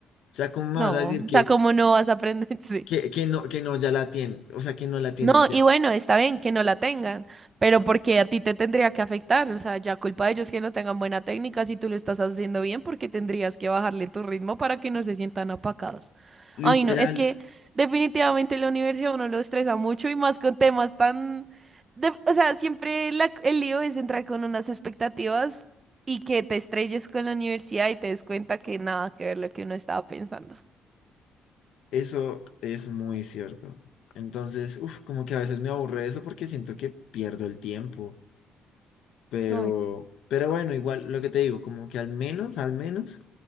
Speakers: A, on the left (about 80°); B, on the right (about 35°).
A: O sea, ¿cómo me
B: no,
A: vas a decir
B: o
A: que,
B: sea, ¿cómo no vas a aprender? <laughs> Sí.
A: que, que no, que no ya la tienes? O sea, que no la tienes
B: No,
A: ya.
B: y bueno, está bien que no la tengan, pero porque a ti te tendría que afectar, o sea, ya culpa de ellos que no tengan buena técnica, si tú lo estás haciendo bien, porque tendrías que bajarle tu ritmo para que no se sientan apacados.
A: Literal,
B: Ay, no, es que definitivamente la universidad a uno lo estresa mucho y más con temas tan... de- o sea, siempre la- el lío es entrar con unas expectativas y que te estrelles con la universidad y te des cuenta que nada que ver lo que uno estaba pensando.
A: eso es muy cierto. Entonces, uff, como que a veces me aburre eso porque siento que pierdo el tiempo. Pero,
B: Ay,
A: pero bueno, igual lo que te digo, como que al menos, al menos.